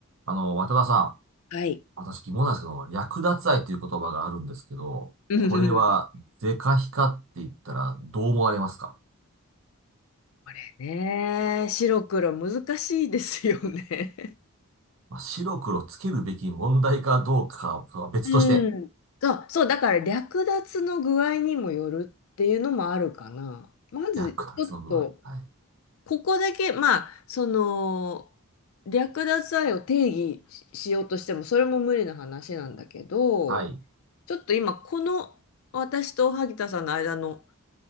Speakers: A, on the right; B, on the left.
A: あの、渡田さん、
B: はい。
A: 私疑問なんですけど、略奪愛という言葉があるんですけど、
B: <laughs> うんうんうん
A: これは、是か非かって言ったらどう思われますか、
B: これね、白黒難しいですよね。
A: まあ、白黒つけるべき問題かどうかは別として、
B: <laughs> うん。そう、そう、だから略奪の具合にもよるっていうのもあるかな。まず、
A: 略奪の具合。
B: ちょっと、
A: はい。
B: ここだけ、まあ、その、略奪愛を定義ししようとしても、それも無理な話なんだけど、
A: はい。
B: ちょっと今、この私と萩田さんの間の